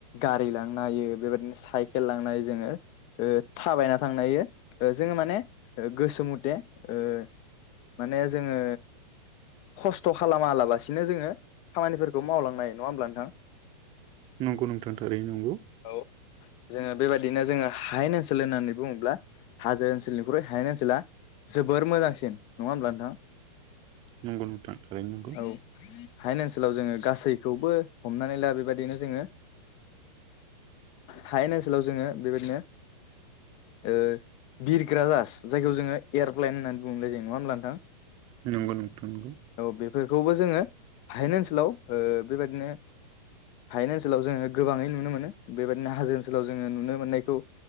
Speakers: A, on the left; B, on the right.
A: गारि लांनो हायो बेबायदिनो साइकेल लांनो हायो जोङो ओ थाबायना थांनो हायो जोङो माने गोसो मथे ओ माने जोङो खस्थ' खालामालाबासिनो जोङो खामानिफोरखौ मावलांनो हायो नङा होमब्ला नोंथां?
B: नंगौ नोंथां थारैनो नंगौ।
A: औ जोङो बेबायदिनो जोङो हायेन ओनसोल होननानै बुङोब्ला हाजो ओनसोलनिख्रुइ हायेन ओनसोला जोबोर मोजांसिन नङा होमब्ला नोंथां?
B: नंगौ नोंथां। थारैनो नंगौ
A: औ हायेन ओनसोलाव जोङो गासैखौबो हमनानै ला बेबायदिनो जोङो हायेन ओनसोलाव जोङो बेबायदिनो ओ बिरग्रा जाहास जायखौ जोङो एयारप्लइन होननानै बुंनाय जायो नङा होमब्ला नोंथां?
B: नंगौ नोंथां नंगौ।
A: औ बेफोरखौबो जोङो हायेन ओनसोलाव ओ बेबादिनो हायेन ओनसोलाव जोङो गोबाङै नुनो मोनो बेबायदिनो हाजो ओनसोलाव जोङो नुनो मोननायखौ